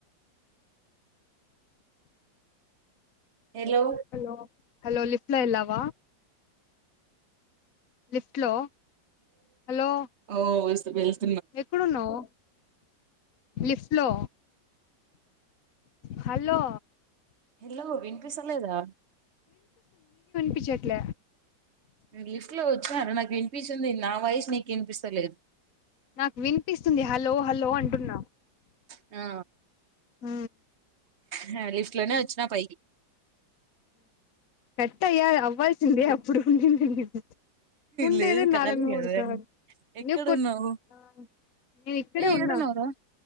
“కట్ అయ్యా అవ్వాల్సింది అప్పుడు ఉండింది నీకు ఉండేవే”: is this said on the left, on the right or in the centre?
Left